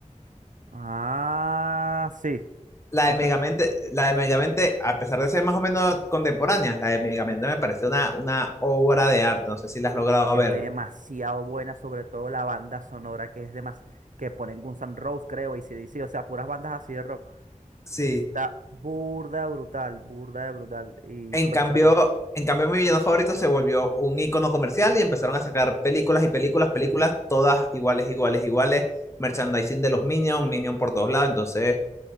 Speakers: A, on the right; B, on the left.
A: Ah, sí.
B: La
A: Compe-
B: de Megamente, la de Megamente, a pesar de ser más o menos contemporáneas, la de Megamente me parece una, una obra de arte. No sé si la has logrado
A: Es
B: ver.
A: demasiado buena, sobre todo la banda sonora que es demas que ponen Guns N' Roses, creo, y ac o sea, puras bandas así de rock.
B: Sí.
A: Está burda de brutal, burda de brutal. Y
B: En
A: cónchale.
B: cambio, en cambio, mi villano favorito se volvió un icono comercial y empezaron a sacar películas y películas, películas, todas iguales, iguales, iguales. Merchandising de los Minions, Minion por todos lados. Entonces,